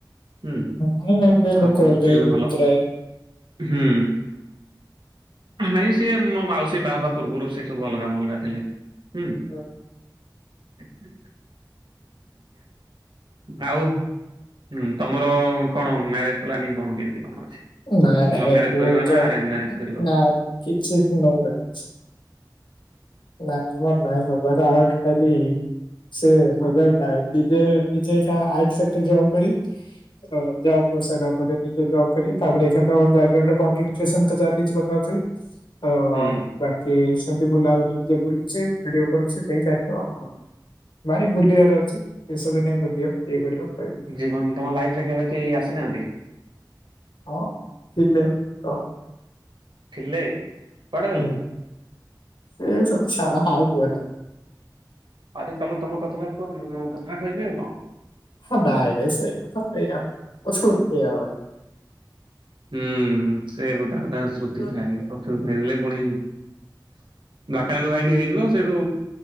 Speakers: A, on the right; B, on the left.
A: ହୁଁ
B: ହଁ ଏବେ ଲୋକ
A: ଆଉ
B: ଅଲଗା
A: ସେ
B: ହେଇଛନ୍ତି
A: ବି ଭଲ
B: ପ୍ରାୟ
A: ହୁଁ। ଆମେ ବି ସେୟା ମୋ ମାଉସୀ ବାହା ହେବା ପୂର୍ବରୁ ସେ ସବୁ ଅଲଗା ମଲଗା ଥିଲେ ହୁଁ।
B: ହୁଁ।
A: <unintelligible> ଆଉ ହୁଁ ତମର କଣ ମ୍ୟାରେଜ୍ ପ୍ଲାନିଙ୍ଗ କଣ କେମିତ୍ କଣ ଅଛି?
B: ନାଇଁ ନାଇଁ
A: ଲଭ୍
B: ଭାଇ
A: ମ୍ୟାରେଜ
B: ଭୁଲ
A: କରିବ ନା
B: ତ
A: ଆରେଞ୍ଜ ମ୍ୟାରେଜ କରିବ?
B: ନାଇଁ କିଛି <unintelligible> ନାଇଁ ଆମର ନାଇଁ ହବାର ଆଉ ଟୋଟାଲି <unintelligible> ନାଇଁ ନିଜେ ନିଜେ <unintelligible> ଜବ୍ କରିସାରିଲ ପରେ ନିଜ ଜବ କରି ତାପରେ ଚାଲି କଥା ହଉଛି। ତ
A: ହୁଁ
B: ବାକି ସେମିତି ବୁଲାବୁଲି ଯ ବୁଲୁଛି ଭିଡିଓ କରୁଛି ସେଇ ଚାଲିବ ଆପଣ ଭାଇ ବୁଲିବାର ଅଛି ଶଷ ଦିନେ ବୁଲିିବ ଇଏ କରିବ ବୁଲି
A: ଜୀବନ ତମ ଲାଇଫ ରେ କେବେ କେହି ଆସିନାହାନ୍ତି?
B: ହଁ ଥିଲେ ତ।
A: ଥିଲେ? କୁଆଡେ ଗଲେ?
B: ହୁଁ ସେଇ ସ ଛଡ଼ ଆଗୁଲା।
A: ଆଉ ଟିକେ ତମେ ତମ କଥାଟା କୁହ ମୁଁ ମୋ କଥା ଟା କହିବି ଆଉ କଣ?
B: ହ ନାଇଁ ନାଇ ସେଇ କଥା <unintelligible> ଉଠେଇହବନି।
A: ହୁଁ ସେ ଗୋଟା ଗୋଟା ସ୍ମୁତି
B: ହଁ ନା
A: ଥାଏ
B: ନା
A: ପଛରୁ ଫେରିଲେ ପୁଣି ବାାକାଣ୍ଡୁ ଭାଇଠ ହେଇଯିବ ସେଇଠୁ